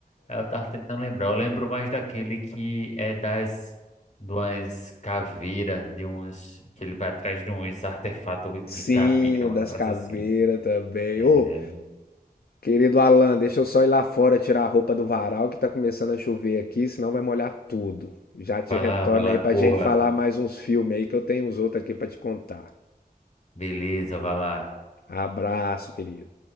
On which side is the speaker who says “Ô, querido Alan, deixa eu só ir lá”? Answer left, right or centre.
Left